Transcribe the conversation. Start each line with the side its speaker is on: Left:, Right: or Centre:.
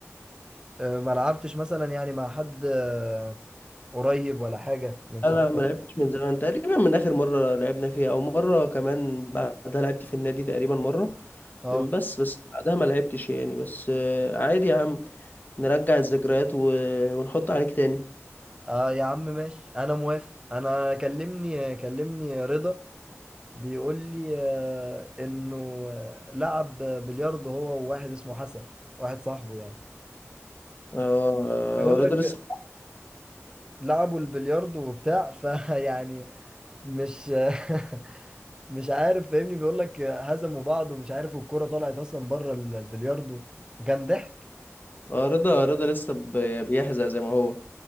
Right: آه، ما لعبتش مثلا يعني مع حد آه، قريب ولا حاجه من صحابك
Left: انا ما لعبتش من زمان تقريبا من اخر مره لعبنا فيها او مره كمان بعدها لعبت في النادي تقريبا مره
Right: اه
Left: من بس بس بعدها ما لعبتش يعني بس آه، عادي يا عم نرجع الذكريات و... ونحط عليك تاني
Right: اه يا عم ماشي انا موافق انا كلمني كلمني رضا بيقول لي آه، انه آه، لعب بلياردو هو وواحد اسمه حسن واحد صاحبه يعني
Left: اه
Right: بيقول
Left: آه، رضا
Right: لك
Left: لسه
Right: لعبوا البلياردو وبتاع <laughs> فيعني مش <laughs> مش عارف فاهمني بيقول لك هزموا بعض ومش عارف والكرة طلعت اصلا بره ال- البلياردو وكان ضحك
Left: اه رضا رضا لسه بي- بيحزق زي ما هو